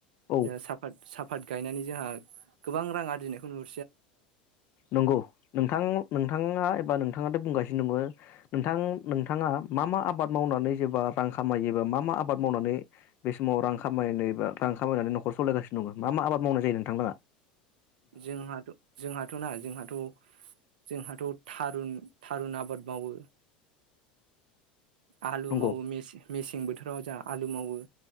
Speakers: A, on the left; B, on the right.
A: औ
B: जा साफात सा साफाद गायनानै जोंहा गोबां रां आरजिनायखौ नु
A: नंगौ नोंथां नोंथाङा एबा नोंथाङाथ' बुंगासिनो। नङ नोंथां नोंथाङा मा मा आबाद मावनानै जेबा रां खामायोबा मा मा आबाद मावनानै बे समाव रां खामायनाय बा रां खामायनानै न'खर सालायगासिनो दङ मा मा आबाद मावनाय जायो नोंथां।
B: जोंहाथ जोंहाथ' ना जोंहाथ' जोंहाथ' थारुन थारुन आबाद मावो। आलु
A: नंगौ
B: मावो मेसें बोथोराव जा। आलु मावो।